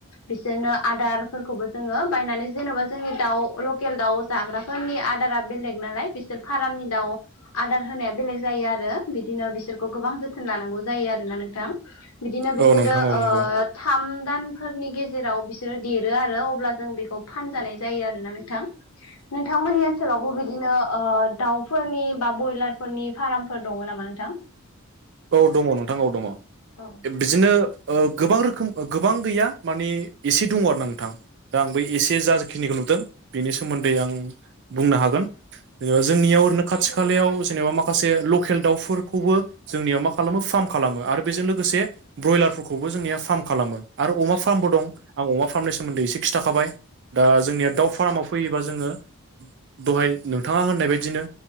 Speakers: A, on the left (about 80°); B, on the right (about 50°).
A: बिसोरनो आदारफोरखौबो जोङो बायनानै जेन'बा जोंनि दाउ लकेल दाउ जाग्राफोरनि आदारा बेलेग नालाय बिसोर फारामनि दाउ आदार होनाया बेलेग जायो आरो बिदिनो बिसोरखौ गोबां जोथोन लानांगौ जायो आरोना नोंथां। बिदिनो बिसोरो
B: औ नोंथां औ
A: ओ
B: नंगौ
A: थाम दानफोरनि गेजेराव बिसोरो देरो आरो अब्ला जों बेखौ फानजानाय जायो आरोना नोंथां।
B: उ <inaudible> <unintelligible>
A: नोंथांमोननि ओनसोलावबो बिदिनो ओ दाउफोरनि बा ब्रयलारफोरनि फार्मफोर दङ नामा नोंथां?
B: औ दङ नोंथां औ दङ।
A: औ।
B: बिदिनो गोबां रोखोम गोबां गैया माने एसे दङ आरो ना नोंथां। दा आं बै एसे जाखिनिखौ नुदों बेनि सोमोन्दै आं बुंनो हागोन। जेनेबा जोंनियाव ओरैनो खाथि खालायाव जेनेबा माखासे लकेल दाउफोरखौबो जोंनियाव मा खालामो फार्म खालामो आरो बेजों लोगोसे ब्रयलारफोरखौबो जोंनिया फार्म खालामो। आरो अमा फार्मबो दं आं अमा फार्मनि सोमोन्दै एसे खिन्थाखाबाय दा जोंनिया दाउ फार्माव फैयोबा जोङो दहाय नोंथाङा होननाय बायदिनो